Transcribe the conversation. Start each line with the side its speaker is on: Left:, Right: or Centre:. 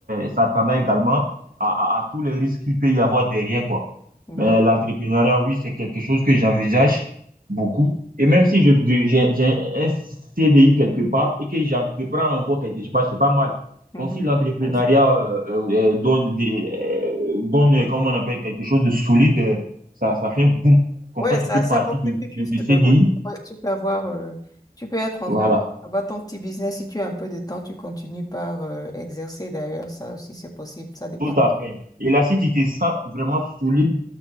Right: s'attendant également à, à, à tous les risques qu'il peut y avoir derrière, quoi.
Left: ouais,
Right: Mais l'entrepreneuriat, oui, c'est quelque chose que j'envisage beaucoup. Et même si je, je- j'ai, j'ai un CDI quelque part et que j'entreprends encore quelque part, c'est pas mal.
Left: mhm.
Right: Donc, si l'entrepreneuriat
Left: Ouais, ça-
Right: euh, euh, euh, donne, des, euh, donne, euh, comment on appelle, quelque chose de solide, euh, ça, ça fait un boom. Comme
Left: Ouais,
Right: ça, tu
Left: ça,
Right: peux
Left: ça
Right: partir
Left: contribue
Right: de,
Left: juste.
Right: de, du CDI.
Left: euh, oui, ouais, tu peux avoir, euh, tu peux être entrepreneur,
Right: Voilà,
Left: avoir ton petit business. Si tu as un peu de temps, tu continues par euh, exercer. D'ailleurs, ça aussi, c'est possible. Ça dépend.
Right: tout
Left: de-
Right: à fait. Et là, si tu te sens vraiment solide,